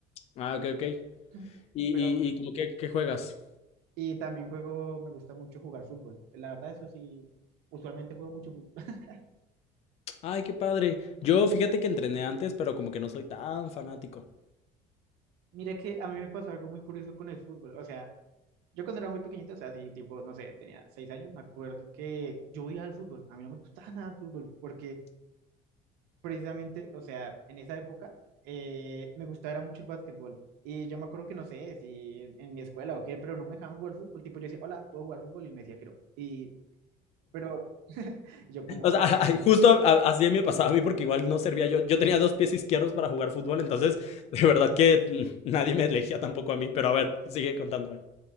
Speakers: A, on the left (about 40°); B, on the right (about 75°).
A: Ah, ok, ok.
B: <laughs>
A: ¿Y,
B: Pero
A: y, y como que, qué juegas?
B: Y también juego, me gusta mucho jugar fútbol. La verdad, eso sí, usualmente juego mucho fútbol. <laughs>
A: Ay, qué padre. Yo fíjate que entrené antes, pero como que no soy tan fanático.
B: Mira que a mí me pasó algo muy curioso con el fútbol. O sea, yo cuando era muy pequeñito, o sea, sí, tipo, no sé, tenía seis años, me acuerdo que yo iba al fútbol. A mí no me gustaba nada el fútbol porque precisamente, o sea, en esa época eh, me gustaba era mucho el básquetbol. Y yo me acuerdo que no sé si en, en mi escuela o qué, pero no me dejaban jugar fútbol. Tipo, yo decía, hola, ¿puedo jugar fútbol? Y me decía, creo. Y, pero yo como,
A: O
B: ah,
A: sea, <laughs> a- a- justo a- así me pasaba a mí porque igual no servía yo. Yo tenía dos pies izquierdos para jugar fútbol, entonces de verdad que <laughs> mm, nadie me elegía tampoco a mí. Pero a ver, sigue contándome.